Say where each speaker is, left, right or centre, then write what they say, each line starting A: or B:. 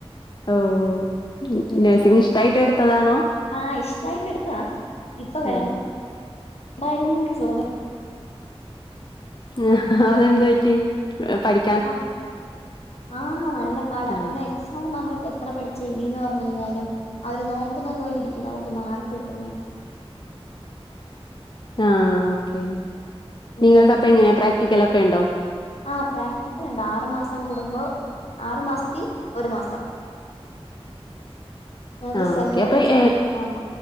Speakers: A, on the left (about 45°); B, on the left (about 80°).
A: ഓഹ്
B: ഉം
A: നേഴ്സിംഗ് ഇഷ്ട്ടായിട്ട് എട്ത്തതാണോ
B: ആഹ് ഇഷ്ടായിട്ട് എടുത്താ ഇപ്പൊ വേണ്ടായിരുന്നു
A: ഉം.
B: തോന്നാ
A: ആഹ് അതെന്ത് പ‌റ്റി പഠി
B: അഹ് ആഹ് നല്ല പാടാ
A: ആ
B: പിന്നെ ആ നമ്മള് പ്പൊ എത്ര പഠിച്ച് എഴുതി ന്ന് പറഞ്ഞ് കഴിഞ്ഞാലും അവര് നോക്കുന്ന പോലെ ഇരിക്കും നമുക്ക് മാർക്ക് കിട്ടുന്നെ
A: ആഹ് ഓക്കെ
B: ഉം
A: നിങ്ങൾടെ അപ്പം എങ്ങനെ പ്രാക്ടിക്കലൊക്കെ ഉണ്ടോ
B: ആഹ് പ്രാക്ടിക്കല് ഇണ്ട് ആറ് മാസം കൂടുമ്പോ ആറ് മാസത്തി ഒരു മാസം ഞങ്ങക്ക്
A: ആഹ്
B: സെം
A: ഒക്കെ അപ്പം
B: വൈസ്
A: ഹെ
B: ആണ് എക്സാം